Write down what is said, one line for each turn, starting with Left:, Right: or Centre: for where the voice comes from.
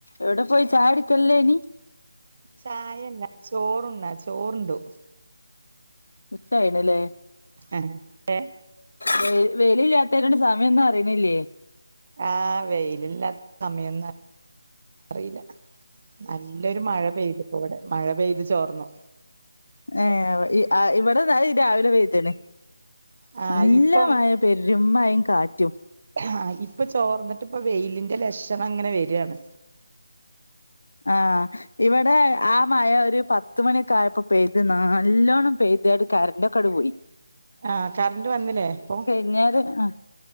Left: എവ്ടെ പോയി ചായകുടിക്കല്ലേനി?
Right: ചായല്ല. ചോറുണ്ണാ ചോറുണ്ടു.
Left: ഉച്ചായല്ലൊ ലെ
Right: ആഹ് ഏഹ്
Left: വെയി വെയ്‌ലില്യാത്തരോണ്ട് സമയം ഒന്നും അറിണില്ല്യേ.
Right: ആഹ് വെയിലില്ലാത്ത സമയൊന്ന അറീല. നല്ലൊരു മഴ പെയ്ത്പ്പൊ ഇവടെ. മഴ പെയ്ത് ചോർന്നു.
Left: ഏഹ് ഇ അ ഇവിടെന്നാ <unintelligible> രാവിലെ പെയ്ത്ണ്.
Right: ആ
Left: നല്ല
Right: ഇപ്പൊ
Left: മഴ. പെരും മഴിം, കാറ്റും.
Right: ആഹ് ഇപ്പൊ ചോർന്ന്ട്ട് പ്പൊ വെയ്ല്ന്റെ ലക്ഷണം ങ്ങനെ വെരാണ്.
Left: ആഹ് ഇവടെ ആ മഴ ഒര് പത്ത്മണി... ക്കായപ്പൊ പെയ്ത്. നാല്ലോണം പെയ്തേട് കര്ൻ്റൊക്കട് പോയി.
Right: ആഹ് കർന്റ് വന്നിലെ പ്പൊ?
Left: ന്നേരം ആഹ്.